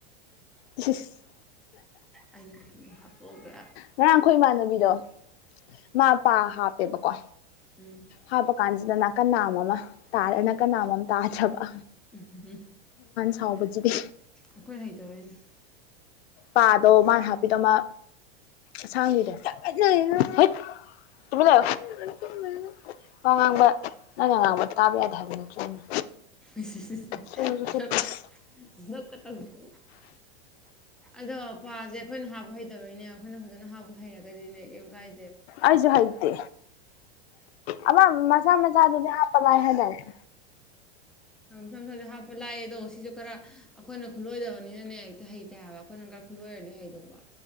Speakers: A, on the left; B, in the centre.
A: ꯏꯁꯏꯁ
B: ꯑꯩꯅꯄꯤ ꯍꯥꯞꯄꯧꯒꯦ
A: ꯉꯔꯥꯡ ꯑꯩꯈꯣꯏ ꯏꯃꯥꯟꯅꯕꯤꯗꯣ ꯃꯥ ꯄꯥ ꯍꯥꯞꯄꯦꯕꯀꯣ
B: ꯎꯝ
A: ꯍꯥꯞꯄ ꯀꯥꯟꯁꯤ ꯗ ꯅꯥꯀꯟ ꯅꯥꯝꯃ ꯑꯃ ꯇꯥꯔ ꯅꯥꯀꯟ ꯅꯥꯝꯃ ꯑꯃ ꯇꯥꯗ꯭ꯔꯕ
B: ꯎꯝ ꯍꯝꯍꯝ
A: ꯁꯥꯎꯕꯖꯤꯗꯤ
B: ꯑꯈꯣꯏ ꯍꯩꯇꯕꯩꯅꯦ
A: ꯄꯥꯗꯣ ꯃꯥꯅ ꯍꯥꯞꯄꯤꯗꯣ ꯑꯃꯥ ꯑꯁꯥꯡꯕꯤꯗꯣ ꯍꯩꯠ ꯇꯨꯃꯤꯟ ꯂꯩꯌꯣ ꯃꯤ ꯉꯥꯛꯇ ꯊꯨꯝꯕꯁꯤꯗ ꯋꯥ ꯉꯥꯡꯕ ꯅꯪꯅ ꯉꯥꯡꯕ ꯇꯥꯕ ꯌꯥꯗꯦ ꯍꯥꯏꯕ ꯅꯠꯇ꯭ꯔꯣ ꯑꯩꯅ
B: ꯏꯁ ꯏꯁ ꯏꯁ ꯐꯁ
A: ꯆꯣ ꯆꯣ ꯆꯠꯄꯤꯌꯨ
B: ꯗꯞꯀꯥ ꯗꯞꯀꯥ ꯇꯧꯗꯅ ꯑꯗꯣ ꯄꯥꯁꯦ ꯑꯈꯣꯏꯅ ꯍꯥꯞꯄ ꯍꯩꯇꯕꯩꯅꯦ ꯑꯈꯣꯏꯅ ꯐꯖꯅ ꯍꯥꯞꯄ ꯍꯩꯔꯒꯗꯤꯅꯦ ꯀꯦꯝ ꯀꯥꯏ
A: ꯑꯩꯖꯨ ꯍꯩꯇꯦ ꯑꯃ ꯃꯆꯥ ꯃꯆꯥꯗꯨꯗꯤ ꯍꯥꯞꯄ ꯂꯥꯏ ꯍꯥꯏꯗꯥꯏꯅꯦ
B: ꯑꯝ ꯃꯆꯥ ꯃꯆꯥꯗꯣ ꯍꯥꯞꯄ ꯂꯥꯏꯌꯦꯗꯣ ꯁꯤꯁꯨ ꯈꯔ ꯑꯈꯣꯏꯅ ꯈꯨꯠꯂꯣꯏꯗꯕꯅꯤꯅꯅꯦ ꯍꯦꯛꯇ ꯍꯩꯇꯦ ꯍꯥꯏꯕ ꯑꯈꯣꯏꯅ ꯪꯒꯥ ꯈꯨꯠꯂꯣꯏꯔꯗꯤ ꯍꯩꯗꯧꯕ